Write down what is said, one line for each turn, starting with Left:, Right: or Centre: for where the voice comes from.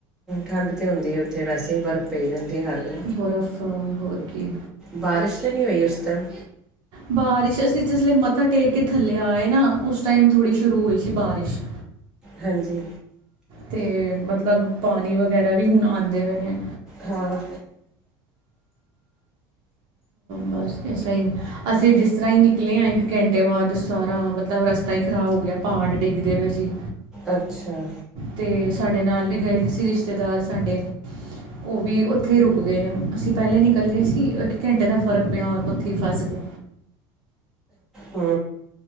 Centre: ਠੰਡ ਤੇ ਹੁੰਦੀ ਐ, ਉੱਥੇ ਵੈਸੇ ਬਰਫ਼ ਪਈ ਰਹਿੰਦੀ ਐ ਹਰ ਵੇਲੇ।
Right: ਬਰਫ਼ ਹੋਰ ਕੀ
Centre: ਬਾਰਿਸ਼ ਤੇ ਨਈ ਹੋਈ ਉਸ ਟਾਈਮ
Right: ਬਾਰਿਸ਼, ਅਸੀਂ ਜਿਸ ਲੇ ਮੱਥਾ ਟੇਕ ਕੇ ਥੱਲੇ ਆਏ ਨਾ, ਉਸ ਟਾਈਮ ਥੋੜੀ ਸ਼ੁਰੂ ਹੋਈ ਸੀ ਬਾਰਿਸ਼। <inaudible>
Centre: ਹਾਂਜੀ।
Right: ਤੇ ਮਤਲਬ ਪਾਣੀ ਵਗੈਰਾ ਵੀ ਹੁਣ ਆਦੇ ਪਏ ਨੇ।
Centre: ਹਾਂ।
Right: ਬਸ ਐਸੇ ਈ ਅਸੀਂ ਜਿਸ ਤਰ੍ਹਾਂ ਹੀ ਨਿਕਲੇ ਹਾਂ, ਇੱਕ ਘੰਟੇ ਬਾਅਦ ਸਾਰਾ ਮਤਲਬ ਰਸਤਾ ਹੀ ਖ਼ਰਾਬ ਹੋ ਗਿਆ‌। ਪਹਾੜ ਡਿੱਗਦੇ ਪਏ ਸੀ।
Centre: ਅੱਛਾ।
Right: ਤੇ ਸਾਡੇ ਨਾਲ ਵੀ ਗਏ ਸੀ ਰਿਸ਼ਤੇਦਾਰ ਸਾਡੇ ਉਹ ਵੀ ਉੱਥੇ ਰੁਕ ਗਏ ਨੇ, ਅਸੀਂ ਪਹਿਲਾਂ ਹੀ ਨਿਕਲ ਗਏ ਸੀ। ਇੱਕ ਘੰਟੇ ਦਾ ਫਰਕ ਪਿਆ, ਉੱਥੇ ਹੀ ਫਸ ਗਏ
Centre: ਹੂੰ।